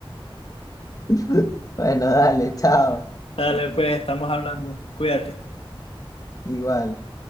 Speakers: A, on the left; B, on the left.
A: <laughs> Bueno, dale, chao.
B: Dale, pues estamos hablando, cuídate.
A: Igual.